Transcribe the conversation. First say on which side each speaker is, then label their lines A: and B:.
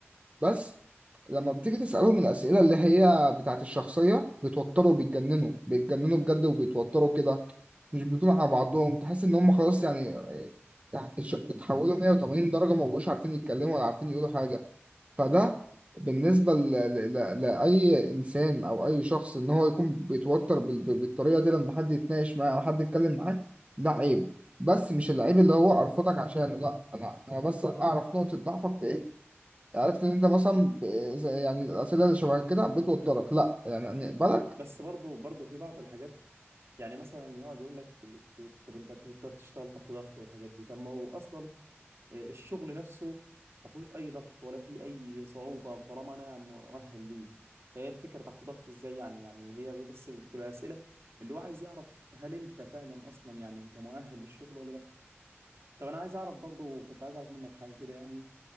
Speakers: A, on the right; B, on the right.
A: بس لما بتيجي تسالهم الاسئله اللي هي بتاعت الشخصيه بيتوتروا بيتجننوا بيتجننوا بجد وبيتوتروا كده مش بيكونوا على بعضهم تحس ان هم خلاص يعني آه، يعني اتش- اتحولوا 180 درجه ما بقوش عارفين يتكلموا ولا عارفين يقولوا حاجه فده بالنسبة ل... ل... ل... لأي إنسان أو أي شخص إن هو يكون بيتوتر بال... بال- بالطريقة دي لما حد يتناقش معاه أو حد يتكلم معاه ده عيب بس مش العيب اللي هو أرفضك عشانه لأ أنا أنا بس أعرف نقطة ضعفك في إيه عرفت إن أنت مثلا ب... زي- يعني الأسئلة اللي شبه كده بتوترك لأ يعني نقبلك
B: بس برضه برضه في بعض الحاجات يعني مثلا يقعد يقول لك طب انت تقدر تشتغل تحت ضغط والحاجات دي طب ما هو اصلا آه، الشغل نفسه ما فيهوش اي ضغط ولا فيه اي صعوبه طالما انا مؤهل ليه هي الفكره تحت ضغط ازاي يعني يعني هي بس بتبقى اسئله اللي هو عايز يعرف هل انت فعلا اصلا يعني انت مؤهل للشغل ولا لا طب انا عايز اعرف برضه كنت عايز اعرف منك حاجه كده يعني